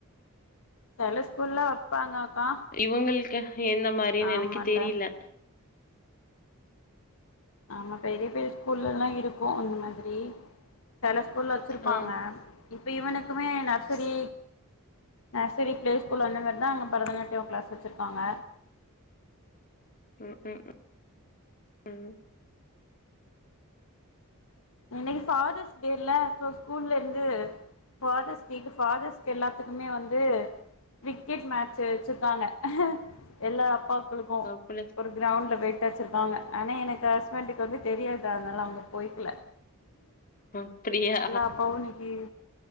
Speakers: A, on the left (about 65°); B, on the left (about 40°).
A: செல ஸ்கூல்ல வப்பாங்க அக்கா
B: இவுங்களுக்கு எந்த மாரின்னு
A: ஆமால்ல
B: எனக்கு தெரில
A: ஆமா பெரிய பைய ஸ்கூல்லலா இருக்கு அந்த மாதிரி செல ஸ்கூல்ல வச்சிருப்பாங்க
B: ஆ
A: இப்ப இவனுக்குமே நர்சரி நர்சரி பிளே ஸ்கூல் அந்த மாரிதா அங்க பரதநாட்டியோ கிளாஸ் வச்சிருக்காங்க
B: ம் ம் ம்
A: இன்னைக் ஃபாதர்ஸ் டே இல்ல சோ ஸ்கூல்ல இருந்து ஃபாதர்ஸ் டேக்கு ஃபாதர்ஸ்க்கு எல்லாத்துக்குமே வந்து கிரிக்கேட் மேட்சு வச்சுருக்காங்க எல்லா அப்பாக்களுக்கு
B: அப்டி
A: ஒரு கிரவுண்ட்ல பொய்டு வச்சிருக்காங்க ஆனா எனக்கு ஹஸ்பண்டுக்கு வந்து தெரியாது அதனாலா அவுங்க பொய்க்ல
B: அப்டியா
A: அப்பாவு இன்னைக்கு